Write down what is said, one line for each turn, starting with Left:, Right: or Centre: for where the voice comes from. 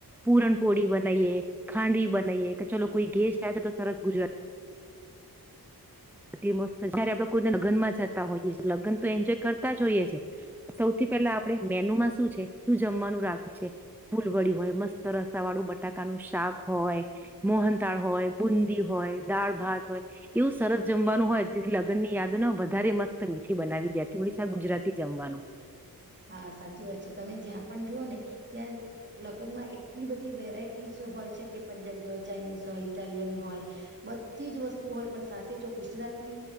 Centre: પૂરણપોળી બનાઈએ, ખાંડવી બનાઈએ, કે ચલો કોઈ ગેસ્ટ આવે છે તો સરસ ગુજરાતી અતિ મસ્ત, જયારે આપડે કોઈને લગ્નમાં જતા હોઈએ છે, લગ્ન તો એન્જોય કરતા જ હોઈએ છે. સૌથી પહેલા આપેડે મેનુમાં શું છે, શું જમવાનું રાખ્યું છે, ફૂલ વડ્યું હોય, મસ્ત રસા વાળું બટ ટાકા નું શાક હોય મોહનતાળ હોય બુન <inaudible> હોય દાળ ભાત હોય એવું સરસ જમવાનું હોય જેથી લગ્નની યાદ ને વધારે મસ્ત મીઠી બનાવી દે તું હવે છે આ ગુજરાતી જમવાનું.
Right: હા સાચી વાત છે. તમે જ્યાં પણ જુઓ ને ત્યાં લગ્નમાં એટલી બધી વેરાઈટીજ હોય છે કે પંજાબી હોય, ચાઇનીઝ હોય, ઇટાલિયન હોય, બધી જ વસ્તુ હોય પણ સાથે જો ગુજરાતી